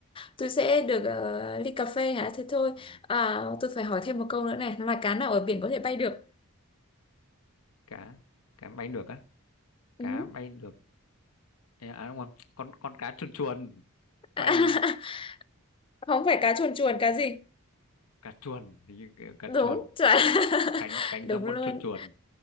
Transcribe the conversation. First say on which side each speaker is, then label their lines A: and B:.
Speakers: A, on the left (about 25°); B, on the left (about 75°).
A: tôi sẽ được ờ, ly cà phê hả thế thôi
B: Ừ.
A: à, tôi phải hỏi thêm một câu nữa này loài cá nào ở biển có thể bay được
B: cá cá bay được á
A: ừ.
B: cá bay được Ê, à đúng không con con cá chuồn chuồn bay
A: <laughs> không phải cá chuồn chuồn cá gì
B: cá chuồn thì như kiểu cá
A: đúng
B: chuồn
A: chuẩn <laughs>
B: cánh cánh
A: đúng
B: giống
A: luôn
B: con chuồn chuồn